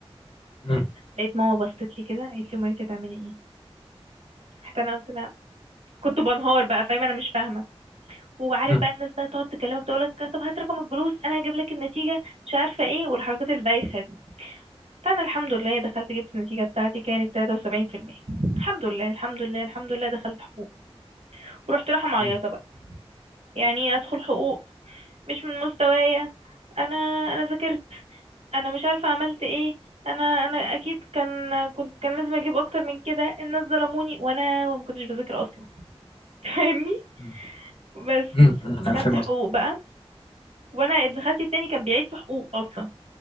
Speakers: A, on the left; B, on the right.
A: مم.
B: لقيت ماما بصت لي كده قالت لي امال انت هتعملي ايه حتى انا قلت لها كنت بنهار بقى فاهمة انا مش فاهمة وعارف
A: مم.
B: بقى الناس بقى تقعد تكلمك تقولك طب هات رقم الجلوس انا هجيب لك النتيجه مش عارفه ايه والحركات البايخه دي فانا الحمد لله دخلت جبت النتيجه بتاعتي كانت 73% الحمد لله الحمد لله الحمد لله دخلت حقوق ورحت رايحه معيطه
A: مم.
B: بقى يعني ايه ادخل حقوق مش من مستوايا انا انا ذاكرت انا مش عارفه عملت ايه انا انا اكيد كان كنت كان لازم اجيب اكتر من كده الناس ظلموني وانا وما كنتش بذاكر اصلا <laughs> فاهمني
A: مم.
B: بس
A: مم. انا
B: دخلت
A: فاهم
B: حقوق
A: قصدي
B: بقى وانا ابن خالتي التاني كان بيعيد في حقوق اصلا